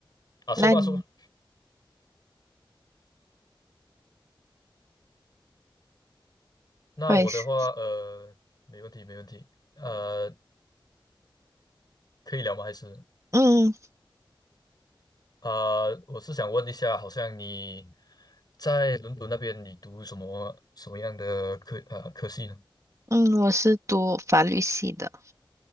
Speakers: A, on the left; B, on the right.
A: 啊，说吧说吧。
B: 那你
A: 那我的话，
B: 不好意思，
A: 呃，没问题没问题，呃，可以聊吗？还是
B: 嗯
A: 啊、我是想问一下，好像你在伦敦那边，你读什么什么样的科呃科系呢？
B: 嗯，我是读法律系的，